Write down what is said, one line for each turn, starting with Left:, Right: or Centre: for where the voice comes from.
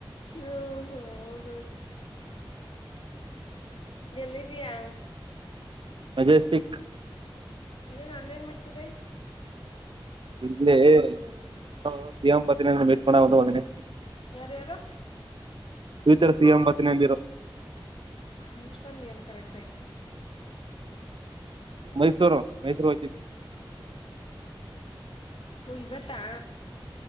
Left: ಹಾ ಹೋ ಹೌದೌದು ಎಲ್ದಿದಿಯಾ
Right: ಮಜೆಸ್ಟಿಕ್
Left: ಅದೇನ ಅಲ್ಲೇನ್ ಮಾಡ್ತಿದ್ದೆ
Right: ಇಡ್ಲಿ ಯಾರೋ ಸಿ ಎಂ ಬತಿನ ಮೀಟ್ ಮಾಡ ಒಂದ ಬಂದಿನಿ
Left: ಯಾರು ಯಾರು
Right: ಫ್ಯೂಚರ್ ಸಿ ಎಂಬಿನಂದಿರ
Left: ಮುಚ್ಚುಕೊೊಂಡ ದ ಅಲ್ಲ ಕರೆಕ್ಟಯ
Right: ಮೈಸೂರು ಮೈಸೂರು ಹೋಯ್ತೀನಿ
Left: ಇವತ್ತಾ